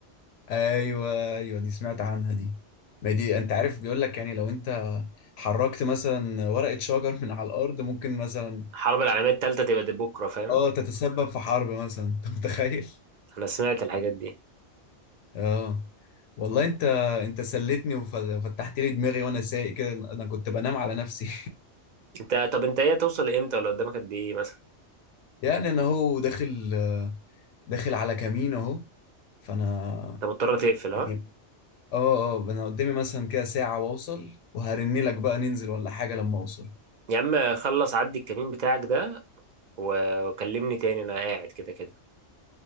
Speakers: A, on the left; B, on the right.
A: ايوه ايوه دي سمعت عنها دي ما دي انت عارف بيقول لك يعني لو انت حركت مثلا ورقة شجر من على الأرض ممكن مثلا
B: الحرب العالميه الثالثه تبقى دي بكره فاهم
A: اه تتسبب في حرب مثلا انت متخيل
B: انا سمعت الحاجات دي
A: اه والله انت انت سليتني وفتحت لي دماغي وانا سايق كده انا كنت بنام على نفسي
B: انت طب انت ايه توصل لامتى ولا قدامك قد ايه مثلا
A: <laughs> يعني انا اهو داخل داخل على كمين اهو فانا
B: انت مضطر تقفل ها
A: يعني اه اه انا قدامي مثلا كده ساعة واوصل وهرن لك بقى ننزل ولا حاجة لما اوصل
B: يا عم خلص عدي الكمين بتاعك ده و- وكلمني تاني انا قاعد كده كده